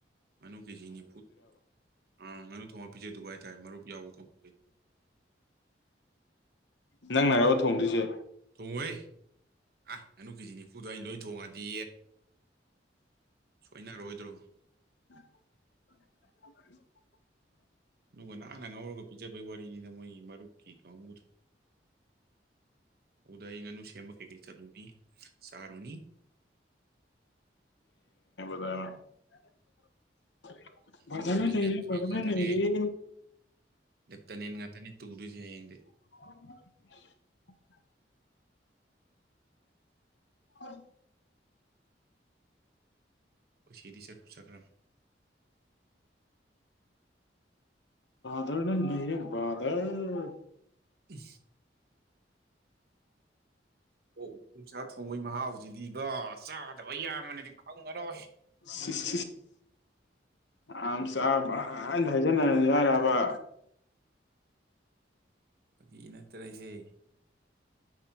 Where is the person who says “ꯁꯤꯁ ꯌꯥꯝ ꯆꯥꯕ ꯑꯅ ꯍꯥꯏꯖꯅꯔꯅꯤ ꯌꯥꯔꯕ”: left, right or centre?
Left